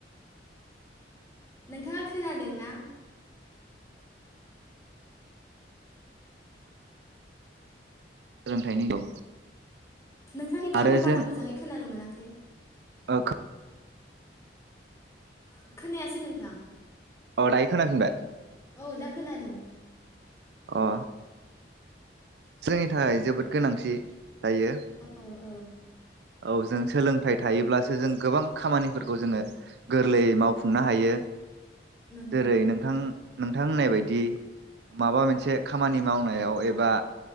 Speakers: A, on the left; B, on the right.
A: नोंथाङा खोनादों ना?
B: सोलोंथाइनि औ।
A: नोंथांनिखौ
B: आरो
A: आङो बारा
B: जों
A: मोजाङै खोनानो मोनाखै।
B: ओ खो
A: ओ खोनायासै नोंथां।
B: अ दायो खोनाफिनबाय
A: औ दा खोनादों
B: अ। जोंनि थाखाय जोबोद गोनांथि। दायो।
A: औ औ
B: औ जों सोलोंथाइ थायोब्लासो जों गोबां खामानिफोरखौ जोङो गोरलैयै मावफुंनो हायो।
A: नंगौ
B: जेरै
A: औ
B: नोंथां नोंथां होननाय बायदि माबा मोनसे खामानि मावनायाव एबा